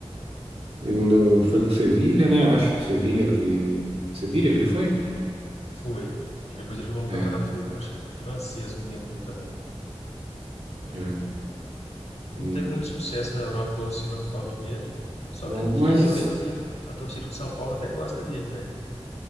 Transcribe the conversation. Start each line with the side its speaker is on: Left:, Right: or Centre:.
Right: ele não deu, foi
Left: Eu-
Right: pro Sevilha, né? Acho. Sevilha que. Sevilha
Left: Uhum.
Right: que ele foi?
Left: Foi. E depois ele jogou no
Right: É,
Left: campeonato, acho que francês um tempinho também.
Right: é.
Left: Ele
Right: E-
Left: não teve muito sucesso na Europa, igual o Sidor falou mesmo. Só
Right: não,
Left: que aqui
Right: mas.
Left: eu lembro que a torcida do São Paulo até gosta dele, velho.